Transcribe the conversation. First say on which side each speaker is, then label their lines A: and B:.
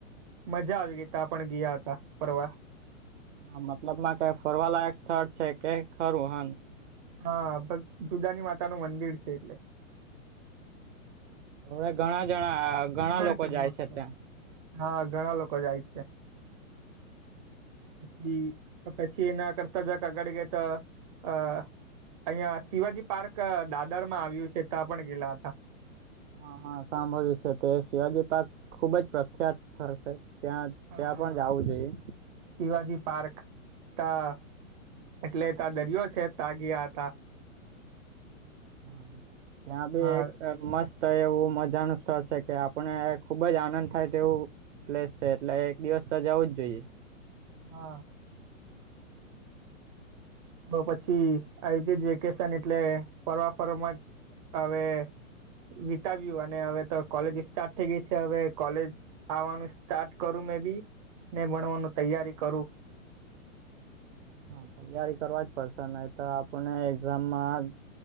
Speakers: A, on the right (about 25°); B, on the right (about 55°).
A: મજા આવી ગઈ તા પણ ગયા હતા ફરવા
B: હા મતલબ માં કં ફરવાલાયક સ્થળ છે કે ખરું હ
A: હા જુદાની માતા નું મંદિર છે એટલે
B: હવે ઘણા જણા ઘણા
A: ડુંગર
B: લોકો જાય
A: મોટો
B: છે ત્યાં
A: હા ઘણા લોકો જાય છે. પછી પછી એના કરતા જક આગળ ગઈ તો આ. અહિયાં શિવાજી પાર્ક દાદર માં આવ્યું છે ત્યાં પણ ગેલા હતા.
B: હા હા સાંભળ્યું છે તે શિવાજી પાર્ક ખુબ જ પ્રખ્યાત સ્થળ છે ત્યાં
A: હા
B: ત્યાં પણ જવું જોઈએ
A: શિવાજી પાર્ક તા એટલે ત્યાં દરિયો છે તા ગયા હતા
B: હા ત્યાં ભી
A: હા
B: એક મસ્ત. તો એવું મજાનું સ્થળ છે કે આપણે ખુબ જ આનંદ થાય તેવું. પ્લેસ છે એટલે એક દિવસ તો જાવું જ જોઈએ.
A: હા. તો પછી આવી જે વેકેશન એટલે ફરવા ફરવા મજ હવે. વિતાવ્યું અને હવે તો કોલેજ સ્ટાર્ટ થઈ ગઈ છે હવે કોલેજ આવવાનું સ્ટાર્ટ કરું મેં બી ને ભણવાનું તૈયારી કરું.
B: હા તૈયારી કરવા જ પડશે ન‌ઇ તો આપણને એક્ઝામમાં.